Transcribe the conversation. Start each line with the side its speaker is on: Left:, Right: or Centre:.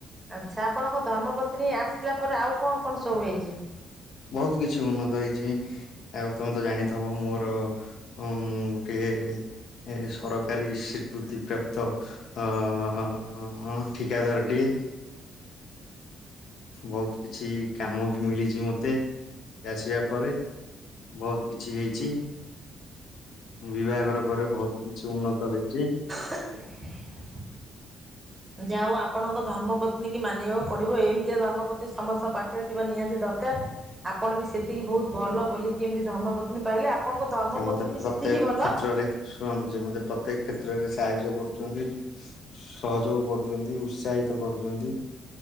Right: ଆଚ୍ଛା ଆପଣଙ୍କ ଧର୍ମପତ୍ନୀ ଆସିଲା ପରେ ଆଉ କଣ କଣ ସବୁ ହେଇଚି।
Left: ବୋହୁତ କିଛି ଉନ୍ନତ ହେଇଚି। ଆଉ ତମେ ତ ଜାଣିଥବ ମୋର ଅଁ ମୁଁ ଗୋଟିଏ ଏଁ ସ ସରକାରୀ ସ୍ୱୀକୃତି ପ୍ରାପ୍ତ ଅଁ ଠିକାଦାରଟିଏ। ବୋହୁତ କିଛି କାମ ବି ମିଳିଚି ମ ଏତେ ଆସିବା ପରେ ବୋହୁତ କିଛି ହେଇଚି। ବିବାଘର ପରେ ବୋହୁତ କିଛି ଉନ୍ନତ ହେଇଚି।
Right: <inaudible> ଯାହୋଉ ଆପଣଙ୍କ ଧର୍ମପତ୍ନୀଙ୍କି ମାନିବାକୁ ପଡ଼ିବ ଏମତିଆ ଧର୍ମପତ୍ନୀ ସମସ୍ତଙ୍କ ପାଖରେ ଥିବା ନିହାତି ଦରକାର। ଆପଣ ବି ସେତିକି ବୋହୁତ ଭଲ ବୋଲିକି ଏମତି ଧର୍ମପତ୍ନୀ ପାଇଲେ ଆପଣଙ୍କ ଧର୍ମପତ୍ନୀ
Left: ସେ ମତେ
Right: ବି
Left: ପ୍ରତ୍ୟେକ
Right: ସେତିକି ଭଲ।
Left: କ୍ଷେତ୍ରରେ ଶୁଣନ୍ତୁ ସେ ମତେ ପ୍ରତ୍ୟେକ କ୍ଷେତ୍ରରେ ସାହାଯ୍ୟ କରୁଚନ୍ତି। ସହଯୋଗ କରୁଚନ୍ତି ଉତ୍ସାହିତ କରୁଚନ୍ତି।